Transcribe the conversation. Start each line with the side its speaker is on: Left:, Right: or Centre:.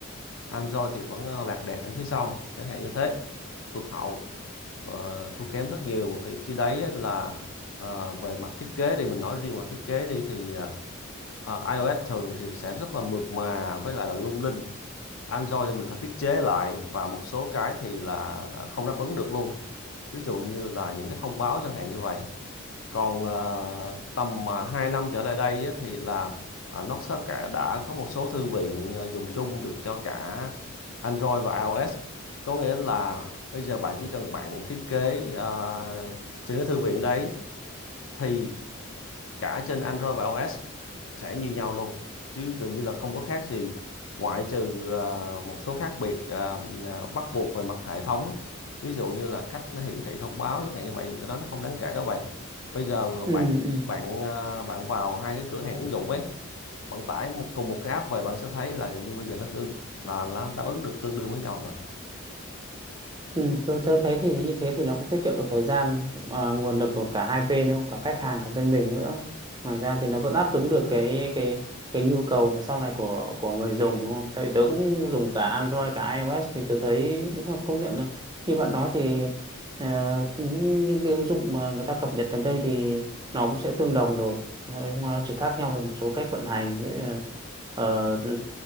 Left: Android thì vẫn ờ, lạc đẻ ở phía sau chẳng hạn như thế tụt hậu ờ, thua kém rất nhiều thì khi đấy là ờ, về mặt thiết kế thì mình nói riêng mặt thiết kế đi thì ờ, ờ, iOS thường thì sẽ rất là mượt mà với lại là lung linh Android thì mình phải thiết chế lại và một số cái thì là, là không đáp ứng được luôn ví dụ như là những cái thông báo chẳng hạn như vậy còn ờ, tầm uh, 2 năm trở lại đây á, thì là uh, nó sẽ cả đã có một số thư viện ờ, dùng chung được cho cả Android và iOS có nghĩa là bây giờ bạn chỉ cần bạn thiết kế ờ, trên cái thư viện đấy thì cả trên Android và iOS sẽ như nhau luôn chứ gần như là không có khác gì ngoại trừ ờ, một số khác biệt ờ, ờ, bắt buộc về mặt hệ thống ví dụ như là cách nó hiển thị thông báo chẳng hạn như vậy nhưng mà cái đó nó không đáng kể đâu bạn bây giờ
Right: Ừ
Left: bạn
Right: ừ.
Left: bạn ờ, bạn vào hai cái cửa hàng ứng dụng ấy bạn tải một, cùng một cái app về bạn sẽ thấy là gần như bây giờ nó tương là nó đáp ứng được tương đương với nhau rồi
Right: Ừ, tôi thấy thấy thì như thế thì nó cũng tiết kiệm được thời gian à, nguồn lực của cả hai bên đúng không cả khách hàng cả bên mình nữa ngoài ra thì nó vẫn đáp ứng được cái cái cái nhu cầu mà sau này của của người dùng đúng không? tại vì tớ cũng dùng cả Android cả iOS thì tớ thấy đúng là công nhận là như bạn nói thì à, những những cái ứng dụng mà người ta cập nhật gần đây thì nó cũng sẽ tương đồng rồi nó, nó chỉ khác nhau về một số cách vận hành với, ờ, ờ, ừ,